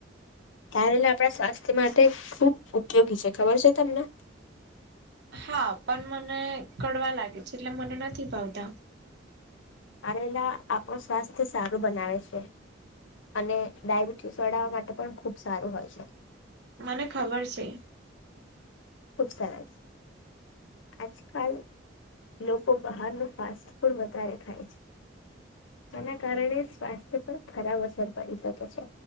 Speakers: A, on the left; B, on the right.
A: કારેલા આપણા સ્વાસ્થ્ય માટે ખુબ ઉપયોગી છે. ખબર છે તમને?
B: હા પણ મને કડવા લાગે છે. એટલે મને નથી ભાવતા.
A: કારેલા આપણું સ્વાસ્થ્ય સારું બનાવે છે. અને ડયાબિટીસ વાળા માટે પણ ખુબ સારું હોય છે.
B: મને ખબર છે.
A: ખુબ સરસ. આજકાલ લોકો બહારનું ફાસ્ટ ફૂડ વધારે ખાય છે. જેના કારણે સ્વાસ્થ્ય પર ખરાબ અસર પડી શકે છે.